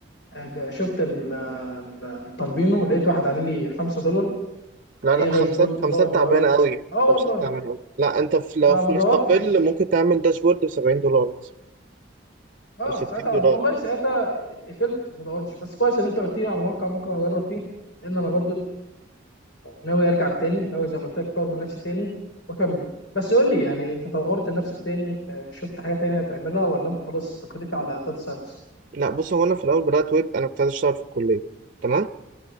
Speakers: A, on the left; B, on the right.
A: آه، شفت ال- ال- الطالبينو لقيت واحد عامل لي 5 دولار
B: لا
A: لأي
B: لا
A: داشبورد
B: خمسات خمسات
A: باور بي
B: تعبانة
A: أي
B: قوي
A: أه
B: خمسات
A: والله
B: تعبانة قوي لا انت في لو
A: فما
B: في
A: دورتش
B: مستقل ممكن تعمل داشبورد ب 70 دولار مثلا
A: اه
B: او 60
A: ساعتها
B: دولار
A: والله ساعتها اتقفلت وما دورتش بس كويس ان انت قلت لي على موقع ممكن اجرب فيه لان انا برضو ناوي ارجع تاني ناوي زي ما قلت لك اطور من نفسي تاني واكمل بس قول لي يعني انت طورت من نفسك تاني آه، شفت حاجه تانية تعملها ولا انت خلاص استقريت على داتا ساينس
B: لا بص هو انا في الاول بدات ويب انا كنت عايز اشتغل في الكليه تمام